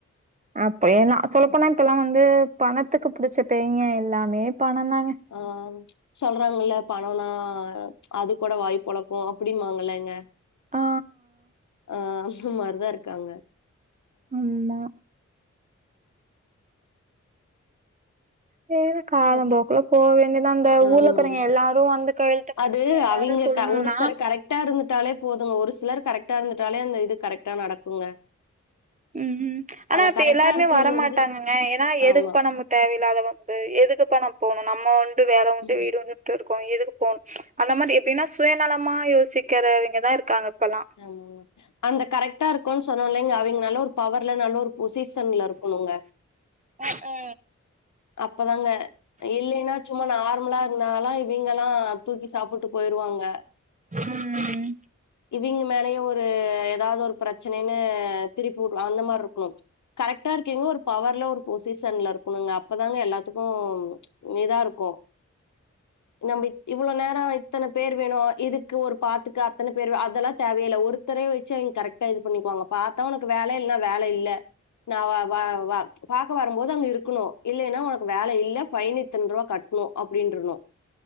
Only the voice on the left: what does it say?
ஆமாங்க சொல்றாங்கல்ல பணோன்னா அது கூட வாய்பொளக்கு அப்டிமாங்கல்லங்க
ஆ அந்த மாரிதா இருக்காங்க
ஷொபா
ஆமாங்க
அது
அவிங்க
க ஒருத்தர் கரெக்டா இருந்துட்டாலே போதுங்க ஒரு சிலர் கரெக்டா இருந்துட்டாலே அந்த இது கரெக்டா நடக்குங்க
அந்த
கரெக்டா
இருக்கவிங்க
வந்து
ஆமா
ம்
ஆமாங்க அந்த கரெக்ட்டா இருக்கோன் சொன்னோம் இல்லைங்க அவிங்க நல்ல ஒரு பவர்ல நல்ல ஒரு பொசிஷன்ல இருக்கணுங்க
அப்பதாங்க இல்லைன்னா சும்மா நார்மலா இருந்தாலா இவிங்கள்லா தூக்கி சாப்புட்டு போயிருவாங்க
இவிங்க மேலயே ஒரு ஏதாவது ஒரு பிரச்சனைன்னு திருப்பி உட்னு அந்த மாரி இருக்கணு கரெக்டா இருக்கீங்க ஒரு பவர்ல ஒரு பொசிஷன்ல இருக்கணுங்க அப் அப்பதாங்க எல்லாத்துக்கு இதா இருக்கு நம்பி இவ்ளோ நேரோ இத்தன பேர் வேணு இதுக்கு ஒரு பாத்துக்க அத்தன பேர் அதெல்லா தேவையே இல்ல ஓரு ஒருத்தரே வெச்சி இவுங்க கரெக்டா இது பண்ணிக்குவாங்க பாத்தா உனக்கு வேல இல்ல வேல இல்ல நா வா வா வா பாக்க வரும்போது அங்க இருக்கணு இல்லன்னா உனக்கு வேல இல்ல ஃபைன் இத்தன் ரூபா கட்ணு அப்டி இன்றனு